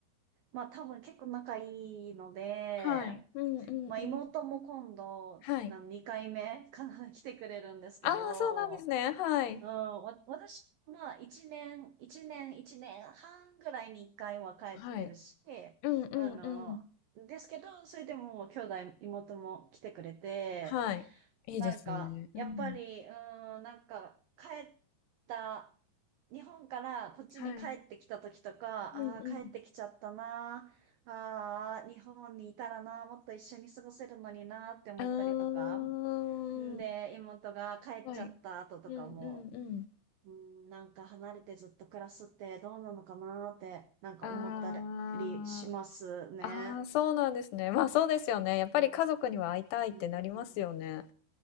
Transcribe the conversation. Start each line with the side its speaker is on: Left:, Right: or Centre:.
Right: まあ多分結構仲いいので、
Left: はい。うんうんうん。
Right: まあ妹も今度、
Left: はい。
Right: な2回目かな、来てくれるんですけど、
Left: ああ、そうなんですね。はい。
Right: うん、わ、私、まあ、一年、一年、一年半ぐらいに一回は帰ってるし、
Left: はい。うんうんうん。
Right: あの、ですけど、それでも兄弟、妹も来てくれて、
Left: はい。いいですね。
Right: なんか、やっぱり、
Left: うん。
Right: うん、なんか、帰った、日本からこっちに帰ってきた時とか、
Left: はい。うんうん。
Right: ああ、帰ってきちゃったな、ああ、日本にいたらな、もっと一緒に過ごせるのになって思ったりとか、
Left: あーん。
Right: んで、妹が帰っちゃった後とかも、
Left: はい。うんうんうん。
Right: うん、なんか離れてずっと暮らすってどうなのかなーって、なんか思ったりしますね。
Left: あーあー、そうなんですね。まあそうですよね。やっぱり家族には会いたいってなりますよね。
Right: うん、うん、